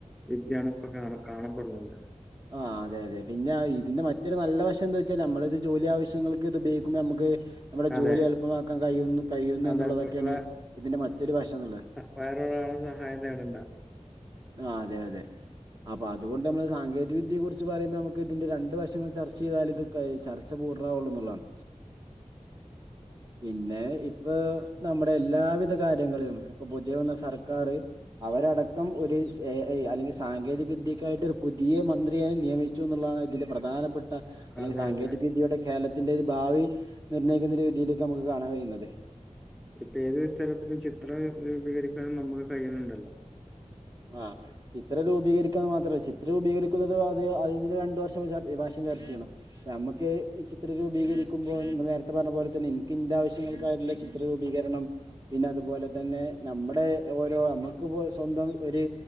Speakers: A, in the centre; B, on the right.
A: വിദ്യയാണ് ഇപ്പൊ കാണ കാണപ്പെടുന്നത്
B: അഹ് അതെ അതെ പിന്നെ ഇതിന്റെ മറ്റൊരു നല്ല വശം എന്താ വെച്ചാ നമ്മൾ ഇത് ജോലി ആവശ്യങ്ങൾക്ക് ഇത് ഉപയോഗിക്കുമ്പോ നമുക്ക് നമ്മുടെ
A: അതെ
B: ജോലി എളുപ്പമാക്കാൻ കഴിയുന്നു കഴിയുന്നു
A: അതെ
B: എന്നുള്ളതൊക്കെയാണ്
A: വേ
B: ഇതിന്റെ മറ്റൊരു വശന്നുള്ളത്
A: വേറെ ഒരാളേയും സഹായം തേടണ്ട
B: ആഹ് അതെ അതെ അപ്പൊ അതുകൊണ്ട് നമ്മള് സാങ്കേ ഈവിദ്യയെ കുറിച്ച് പറയുമ്പോ നമുക്ക് ഇതിന്റെ രണ്ട് വശങ്ങൾ ചർച്ച ചെയ്താൽ ഇത് ചർച്ച പൂർണവുള്ളു എന്നുള്ളാണ് പിന്നെ ഇപ്പൊ നമ്മുടെ എല്ലാവിധ കാര്യങ്ങളും ഇപ്പൊ പുതിയ വന്ന സർക്കാര് അവരടക്കം ഒരു അ അല്ലെങ്കിൽ സാങ്കേതിക വിദ്യക്കായിട്ട് ഒരു പുതിയ മന്ത്രിയായി നിയമിച്ചു എന്നുള്ളതാണ് ഇതിന്റെ പ്രധാനപ്പെട്ട അല്ലെങ്കി
A: അതെ
B: സാങ്കേതിക
A: അതെ
B: വിദ്യയുടെ കേരളത്തിന്റെ ഒരു ഭാവി നിർണയിക്കുന്ന ഒരു രീതിയിലേക്ക് നമുക്ക് കാണാൻ കഴിയുന്നത്
A: ഇപ്പൊ ഏതൊരു തരത്തിലും ചിത്രം രൂപീകരിക്കാനും നമുക്ക് കഴിയുന്നുണ്ടല്ലോ
B: അഹ് ചിത്രം രൂപീകരിക്കാൻ മാത്രമല്ല ചിത്രം രൂപീകരിക്കുന്നത് അത് അതിന് രണ്ടു വർഷം വാശം ചർച്ച ചെയ്യണം നമുക്ക് ചിത്ര രൂപീകരിക്കുമ്പോൾ നേരത്തെ പറഞ്ഞ പോലെ തന്നെ എനിക്കിന്റെ ആവശ്യങ്ങൾക്കായിട്ടുള്ള ചി ചിത്ര രൂപീകരണം പിന്നെ അതുപോലെ തന്നെ നമ്മുടെ ഓരോ നമ്മുക്കിപ്പോ സ്വന്തം ഒരു